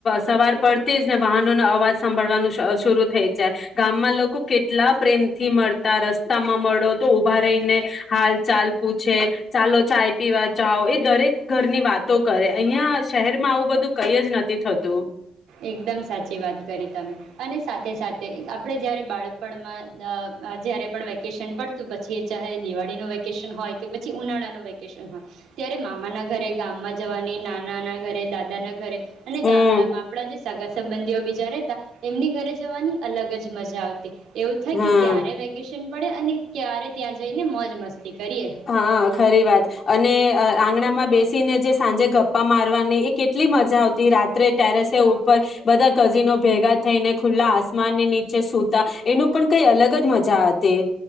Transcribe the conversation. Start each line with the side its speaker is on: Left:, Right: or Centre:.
Left: સવાર પડતી જ ને વાહનોનો અવાજ સાંભળવાનો શરૂ થઈ જાય ગામમાં લોકો કેટલા પ્રેમથી મળતા રસ્તા રસ્તામાં મળો તો ઉભા રહીને હાલ ચાલ પૂછે ચાલો ચાય પીવા જાાવ એ દરેક ઘર ની વાતો કરે અહિયાં શહેરમાં આવું બધું કઈ જ નથી થતું
Right: એકદમ સાચી વાત કરી તમે અને સા સાથે આપણે જયારે બાળપણમાં જ્યારે પણ વેકેશન પડતું પછી ચહે દિવાળીનું વેકેશન હોય કે પછી ઉનાળાનું વેકેશન હોય ત્યારે મામાના ઘરે ગામમાં જવાની નાનાના ઘરે દાદાના ઘરે અને
Left: હમ
Right: ગામડામાં <inaudible> સંબંધીઓ બીજા રહેતા એમની ઘરે જવાની અલગ જ મજા આવતી એવું થાય
Left: હમ
Right: કે ક્યારે વેકેશન પડે અને ક્યારે ત્યાં જઈને મોજ મસ્તી કરીએ
Left: હા ખરી વાત અને આંગણામાં બેસીને જે સાંજે ગપ્પા મારવાની એ કેટલી મજા આવતી રાત્રે ટેરેસે ઉપર બધા કઝિનો ભેગા થઈને ખુલ્લા આસમાનની નીચે સૂતા એનું પણ કઈ અલગ જ મજા હતી.